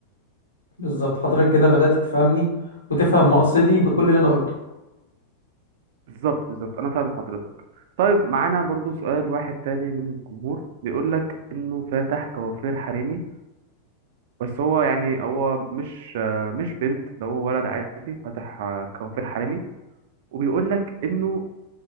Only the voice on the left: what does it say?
بالظبط حضرتك كده بدأت تفهمني وتفهم مقصدي بكل اللي انا قلته